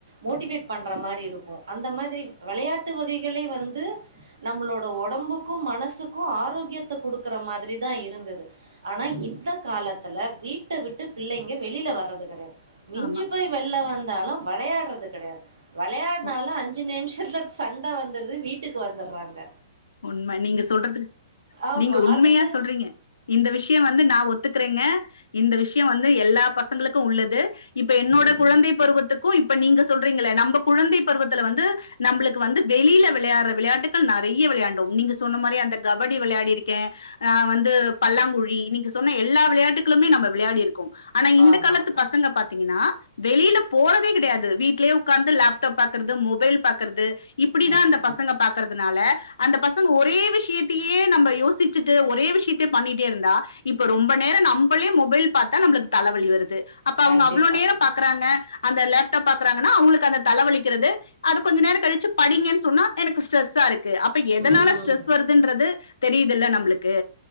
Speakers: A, on the right (about 75°); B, on the left (about 75°).
A: மோட்டிவேட் பண்ற மாரி இருக்கு அந்த மாதிரி வெளையாட்டு வகைகளே வந்து நம்மளோட ஒடம்புக்கு மனசுக்கு ஆரோக்கியத்த குடுக்குற மாதிரி தா இருந்தது ஆனா இந்த காலத்துல வீட்ட விட்டு பிள்ளைங்க வெளில வர்றது கெடையா மிஞ்சு
B: ஆமா
A: போய் வெள்ல வந் தாலு வளையாட்றது கடையா வளயாட்னாலு
B: உ-
A: அஞ்சு நிமிஷத்ல சண்ட வந்துருது வீட்டுக்கு வந்துர்றாங்க
B: உண்ம நீங்க சொல்றது
A: ஆமா
B: நீங்க உண்மையா
A: அதுல
B: சொல்றீங்க இந்த விஷ்யொ வந்து நா ஒத்துக்குறேங்க இந்த விஷ்யொ வ ந்து எல்லா பசங்ளுக்கு உள்ளது இப்ப என்னோட
A: நிச்ச
B: குழந்தை பருவத்துக்கு இப் ப நீங்க சொல்றீங்கல நம்ப குழந்தை பருவத்துல வந்து நம்ளுக்கு வந்து வெளில வெளையாட்ற விளையாட்டு க்கள் நறைய விளையா ன்டோம் நீங்க சொன்ன மாரி அந்த கபடி வெளயாடியிருக்கே ஆ வந்து பல்லாங்குழி நீங்க சொன்ன எல்லா விளையாட்டுக்களுமே நம்ப விளயாடியிருக்கோ ஆனா இந்த
A: ஆமா
B: காலத்து பசங்க பாத்தீங்கன்னா வெளில போறதே கிடையாது வீட்லயே உக்காந்து லேப்டாப் பாக்குறது மொபைல் பாக்குறது இப்டிதா
A: ம்
B: இந்த பசங்க பாக்குறதுனால பசங்க ஒரே விஷயத்தையே நம்ப யோசிச்சுட்டு ஒரே விஷயத்த பண்ணிட்டே இருந்தா இப்ப ரொம்ப நேர நம்பளே மொபைல் பாத்த நம்ளுக் தல வலி வருது அப்ப
A: கண்டிப்பா
B: அவுங்க அவ்ளோ நேர பாக்குறாங்க அந்த லேப்டாப் பாக்குறாங்கனா அவுங்களுக் அந்த தலவலிக்கிறது அது கொஞ்ச நேர கழிச்சு படிங்கன் சொன்னா எனக்கு ஸ்ட்ரெஸ்ஸா இருக்கு ப்ப எதனால
A: ம்
B: ஸ்ட்ரெஸ் வருதுன்றது தெரியுதுல்ல நம்பளுக் கு